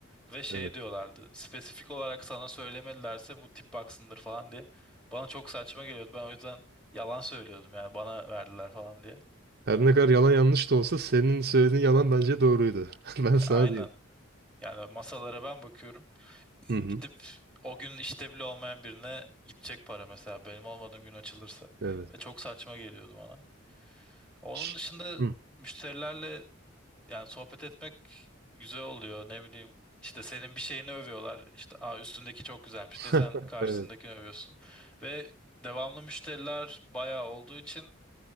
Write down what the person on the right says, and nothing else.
Evet.
Her ne kadar yalan yanlış da olsa senin söylediğin yalan bence doğruydu. <laughs> Ben sana
diyeyim.
Hı hı.
Evet.
Ş-
Hı.
<laughs>
Evet.